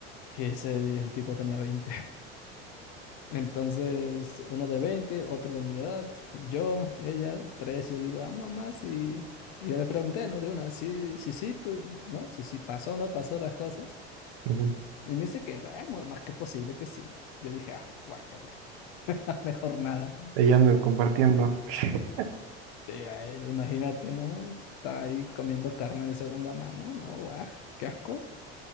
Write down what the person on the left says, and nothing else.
Y ese, el tipo tenía veinte entonces, uno de veinte otro de mi edad, yo, ella, tres, yo digo, ah, no más, y, y yo le pregunté, ¿no? De una, sí, sí, sí, tú, ¿no? Si sí, pasó o no pasó las cosas.
Y me dice que, bueno, más que posible que sí. Yo dije, ah, guácala, <laughs> mejor nada.
Sí, eh, imagínate, ¿no? Está ahí comiendo carne de segunda mano, ¿no? Guaj, qué asco.